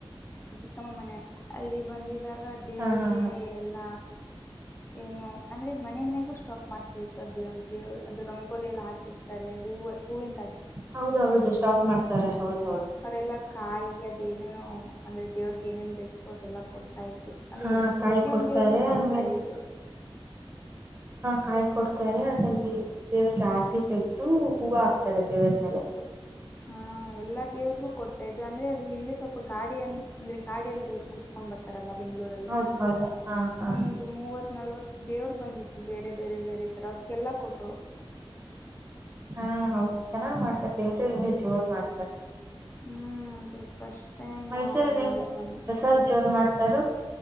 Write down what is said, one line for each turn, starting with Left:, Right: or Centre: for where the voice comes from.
Left: ಚಿಕ್ಕಮ್ಮ ಮನೆ ಅಲ್ಲಿ ಬಂದಿದ್ದಾಗ ದೇವ್ರಿಗೆ
Right: ಹಾ ಹಾ ಹಾ
Left: ಎಲ್ಲ ಏನು ಅಂದ್ರೆ ಮನೆ ಮನೆಗೂ ಸ್ಟಾಪ್ ಮಾಡ್ತಾ ಇತ್ತು ಅದ ದೇವ್ರ ದೇವ್ರು ಅದು ರಂಗೋಲಿ ಎಲ್ಲ ಹಾಕಿರ್ತಾರೆ ಹೂವು ಹೂವಿಂದ
Right: ಹೌದೌದು ಸ್ಟಾಪ್ ಮಾಡ್ತಾರೆ ಹೌದು
Left: ಅವರೆಲ್ಲ ಕಾಯಿ ಅದೇನೇನು ಅಂದ್ರೆ ದೇವ್ರಿಗೆ ಏನೇನ್ ಬೇಕು ಅದೆಲ್ಲ ಕೊಡ್ತಾ ಇದ್ರು ಅಂದ್ರೆ
Right: ಹಾ ಕಾಯಿ
Left: ಪ್ರತಿಯೊಂದವರಿಗೂ
Right: ಕೊಡ್ತಾರೆ
Left: ಕೊಡ್ತಾ
Right: ಆಮೇಲೆ
Left: ಇದ್ರು
Right: ಕಾಯ್ ಕೊಡ್ತಾರೆ ಅದಲ್ಲಿ ದೇವ್ರಿಗೆ ಆರತಿ ತೆಗೆದು ಹೂವು ಹಾಕ್ತಾರೆ ದೇವ್ರ ಮೇಲೆ
Left: ಹಾ ಎಲ್ಲಾ ದೇವ್ರಿಗೂ ಕೊಡ್ತಾ ಇದು ಅಂದ್ರೆ ಅದು ಹಿಂದೆ ಸ್ವಲ್ಪ ಗಾಡಿ ಅ ಅಂದ್ರೆ ಗಾಡಿಯಲ್ಲಿ ದೇವ್ರ ಕುಡ್ಸ್ಕೊಂಡ್ ಬರ್ತಾರಲ್ಲ ಬೆಂಗಳೂರಲ್ಲಿ
Right: ಹೌದ ಹೌದು ಹಾ ಹಾ
Left: ಒಂದು ಮೂವತ್ ನಲ್ವತ್ ದೇವರು ಬಂದಿತ್ತು ಬೇರೆ ಬೇರೆ ಬೇರೆ ತರ ಅವದಕ್ಕೆಲ್ಲ ಕೊಟ್ರು
Right: ಹಾ ಹೌದು ಚೆನ್ನಾಗ್ ಮಾಡ್ತಾರ ಬೆಂಗ್ರ ಇನ್ನುರು ಜೋರ್ ಮಾಡ್ತಾರ
Left: ಹ್ಮ್ ಅದು ಫಸ್ಟ್ ಟೈಮ್
Right: ಮೈಸೂರಲ್ಲಿ
Left: ನೋಡಿದ್
Right: ಹೆಂಗೆ
Left: ನಾನು
Right: ದಸರ್ ಜೋರ್ ಮಾಡ್ತಾರ